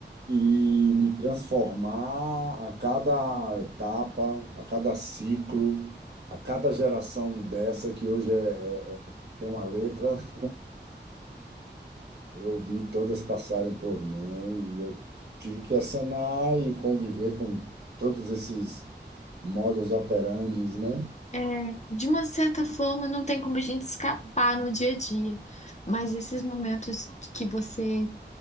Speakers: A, on the right; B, on the left.
A: e me transformar a cada etapa, a cada ciclo, a cada geração dessa que hoje é, é- tem uma letra. <laughs> Eu vi todas passarem por mim e eu tive que acenar e conviver com todos esses modus operandes, né?
B: É, de uma certa forma, não tem como a gente escapar no dia a dia, mas esses momentos que você,